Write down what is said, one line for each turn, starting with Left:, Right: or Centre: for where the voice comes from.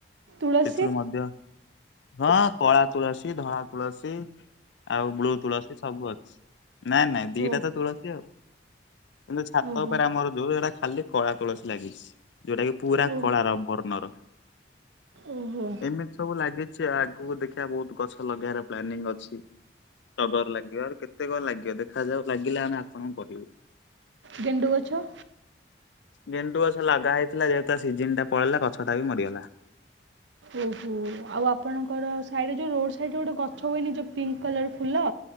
Right: ତୁଳସୀ
Left: ସେଥିରୁ ମଧ୍ୟ ହଁ କଳା ତୁଳସୀ ଧଳା ତୁଳସୀ ଆଉ ବ୍ଲୁ ତୁଳସୀ ସବୁ ଅଛି ନାଇଁ ନାଇଁ ଦିଟା
Right: ଓ
Left: ତ ତୁଳସୀ ଆଉ କିନ୍ତୁ ଛାତ
Right: ଓହୋ
Left: ଉପରେ ଆମର ଯୋଉ ସେଟା ଖାଲି କଳା ତଳସୀ ଲାଗିଛି। ଯୋଉଟା କି ପୁରା
Right: ଓ
Left: କଳାର ବର୍ଣ୍ଣର।
Right: ଓହୋ
Left: ଏମିତି ସବୁ ଲାଗି ସେ ଆଗକୁ ଦେଖିବା ବହୁତ ଗଛ ଲଗେଇବାର ପ୍ଲାନିଂ ଅଛି। ଟଗର ଲାଗିବ ଆହୁରି କେତେ କଣ ଲାଗିବ ଦେଖାଯାଉ ଲାଗିଲେ ଆମେ ଆ ଆପଣଙ୍କୁ କହିବି।
Right: ଗେଣ୍ଡୁ ଗଛ।
Left: ଗେଣ୍ଡୁ ଗଛ ଲଗା ହେଇଥିଲା ଯେହେତୁ ତା ସିଜିିନ୍ ଟା ପଳେଇଲା ଗଛଟା ବି ମରିଗଲା।
Right: ଓ ହୋ ଆଉ ଆପଣଙ୍କର ସାଇଡ୍ ରେ ଯୋଉ ରୋଡ୍ ସାଇଡ୍ ରେ ଗୋଟେ ଗଛ ହେଇନି ଯୋଉ ପିଙ୍କ୍ କଲର୍ ଫୁଲ।